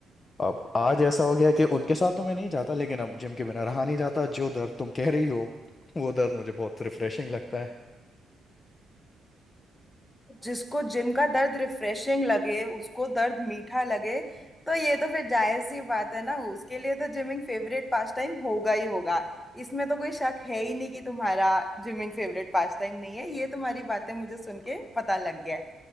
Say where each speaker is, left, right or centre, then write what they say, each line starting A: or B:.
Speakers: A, on the left (about 35°); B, on the left (about 20°).
A: अब आज ऐसा हो गया कि उनके साथ तो मैं नहीं जाता लेकिन अब जिम के बिना रहा नहीं जाता जो दर्द तुम कह रही हो वो दर्द मुझे बहुत रिफ्रेशिंग लगता है
B: जिसको जिम का दर्द रिफ्रेशिंग लगे उसको दर्द मीठा लगे तो ये तो फिर जायज सी बात है ना उसके लिए तो जिमिंग फेवरेट पास टाइम होगा ही होगा इसमें तो कोई शक है ही नहीं कि तुम्हारा जिमिंग फेवरेट पास टाइम नहीं है ये तुम्हारी बातें मुझे सुन के पता लग गया है